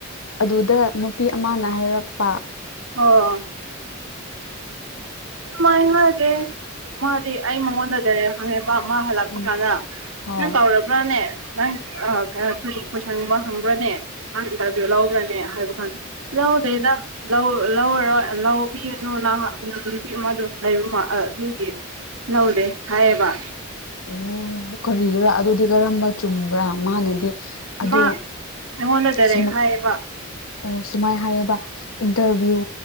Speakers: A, on the left; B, on the right.
A: ꯑꯗꯨꯗ ꯅꯨꯄꯤ ꯑꯃꯅ ꯍꯥꯏꯔꯛꯄ
B: <unintelligible> <unintelligible> ꯃꯥꯗꯤ ꯑꯩ ꯃꯉꯣꯟꯗ ꯗ꯭ꯔꯦ ꯈꯪꯉꯦꯕ ꯃꯥ ꯍꯜꯂꯛꯄ
A: ꯎꯝ
B: ꯀꯥꯟꯗ
A: ꯍꯣꯏ
B: ꯅꯪ ꯀꯥꯎꯔ ꯕ꯭ꯔꯥꯅꯦ ꯅꯪ ꯀꯔꯤ ꯀꯣꯏꯁꯟꯒꯨꯝꯕ ꯍꯪꯕ꯭ꯔꯥꯅꯦ ꯃꯥꯅ ꯢꯟꯇꯔꯚ꯭ꯌꯨ ꯂꯧꯕ꯭ꯔꯥꯅꯦ ꯍꯥꯏꯕ ꯀꯥꯟꯗ ꯂꯧꯗꯦꯅ ꯂꯧ ꯂꯧꯔꯔꯣꯏ ꯂꯧꯕꯤꯔꯅꯨꯅ ꯎꯝ ꯅꯨꯄꯤ ꯑꯃꯗꯣ ꯂꯩ ꯃꯥ ꯑꯗꯨꯒꯤ ꯂꯧꯗꯦ ꯍꯥꯏꯌꯦꯕ
A: ꯑꯣ ꯀꯔꯤꯒꯤꯔꯥ ꯑꯗꯨꯗꯤ ꯀꯔꯝꯕ ꯆꯨꯝꯕ꯭ꯔꯥ ꯃꯥꯅꯗꯤ ꯑꯗꯣ
B: ꯏꯃꯥ ꯑꯩꯉꯣꯟꯗ ꯗꯥꯏꯔꯦꯛ
A: ꯁꯨꯝ
B: ꯍꯥꯏꯌꯦꯕ
A: ꯑꯣ ꯁꯨꯃꯥꯢ ꯍꯥꯏꯌꯦꯕ ꯏꯟꯇꯔꯚ꯬ꯌꯨ